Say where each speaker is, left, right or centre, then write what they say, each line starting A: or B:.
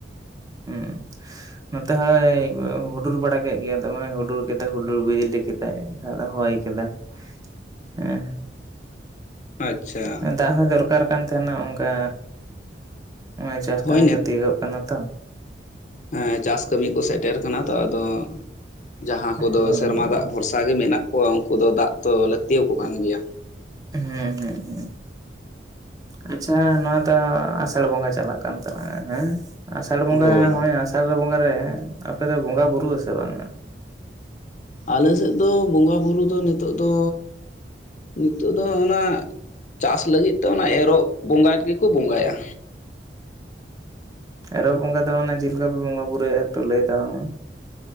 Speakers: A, on the left (about 40°); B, on the right (about 20°).
A: <inaudible>
B: ᱦᱩᱸ ᱱᱚᱛᱮ ᱦᱚᱸᱭᱻ ᱮᱸ ᱦᱩᱰᱩᱨ ᱵᱟᱲᱟ ᱠᱮᱜ ᱜᱮᱭᱟ, ᱫᱚᱢᱮ ᱦᱩᱰᱩᱨ ᱠᱟᱛᱮ ᱦᱩᱰᱩᱨ ᱵᱤᱡᱽᱞᱤ ᱠᱮᱫᱟᱭ ᱟᱫᱚ ᱦᱚᱭ ᱠᱮᱫᱟᱭ᱾
A: <inaudible>
B: ᱦᱮᱸ,
A: ᱟᱪᱪᱷᱟ,
B: ᱫᱟᱜ ᱦᱚᱸ ᱫᱚᱨᱠᱟᱨ ᱠᱟᱱ ᱛᱟᱦᱮᱸᱱᱟ, ᱚᱸᱠᱟ ᱚᱱᱟ ᱪᱟᱥ
A: ᱦᱳᱭ
B: ᱠᱟᱹᱢᱤ ᱠᱚ ᱛᱤᱭᱟᱹᱜᱚᱜ ᱠᱟᱱᱟ ᱛᱚ᱾
A: ᱦᱮ ᱸᱪᱟᱥ ᱠᱟᱹᱢᱤᱜ ᱠᱚ ᱥᱮᱜᱴᱮᱨ ᱠᱟᱱᱟ ᱛᱚ ᱟᱫᱚ ᱡᱟᱦᱟᱸ ᱠᱚᱫᱚ
B: ᱦᱩᱸ
A: ᱥᱮᱨᱢᱟ ᱫᱟᱜ ᱵᱷᱚᱨᱥᱟ ᱜᱮ ᱢᱮᱱᱟᱜ ᱠᱚᱣᱟ, ᱩᱸᱠᱩ ᱫᱚ ᱫᱟᱜ ᱛᱚ ᱞᱟᱹᱠᱛᱤ ᱣᱟᱠᱚ ᱠᱟᱱ ᱜᱮᱭᱟ᱾
B: ᱦᱮᱸ ᱦᱮᱸ ᱦᱮᱸ, ᱟᱪᱪᱷᱟ ᱱᱚᱣᱟ ᱫᱚ ᱟᱻ ᱟᱥᱟᱲ ᱵᱚᱸᱜᱟ ᱪᱟᱞᱟᱜ ᱠᱟᱱ ᱛᱟᱞᱟᱝᱼᱟ ᱦᱮᱸ, ᱟᱥᱟᱲ ᱵᱚᱸᱜᱟ
A: ᱦᱳᱭ
B: ᱦᱚᱸᱜᱼᱚᱭ ᱟᱥᱟᱫ ᱵᱚᱸᱜᱟ ᱨᱮ ᱟᱯᱮ ᱫᱚ ᱵᱚᱸᱜᱟ ᱵᱩᱨᱩᱜᱼᱟ ᱥᱮ ᱵᱟᱝᱼᱟ?
A: ᱟᱞᱮᱥᱮᱫ ᱫᱚ ᱵᱚᱸᱜᱟ ᱵᱩᱨᱩ ᱫᱚ ᱱᱤᱛᱚᱜ ᱫᱚ ᱱᱤᱛᱚᱜ ᱫᱚ ᱚᱱᱟᱜ ᱪᱟᱥ ᱞᱟᱹᱜᱤᱫ ᱛᱮ ᱚᱱᱟ ᱮᱨᱚᱜ ᱵᱚᱸᱜᱟᱼᱮᱫ ᱜᱮᱠᱚ ᱵᱚᱸᱜᱟᱭᱟ᱾
B: ᱮᱨᱚᱜ ᱵᱚᱸᱜᱟ ᱫᱚ ᱢᱟᱱᱮ ᱪᱤᱫ ᱞᱮᱠᱟ ᱯᱮ ᱵᱚᱸᱜᱟ ᱵᱩᱨᱩᱭᱟ ᱮᱠ ᱴᱩ ᱞᱟᱹᱭ ᱛᱟᱞᱟᱝ ᱢᱮ?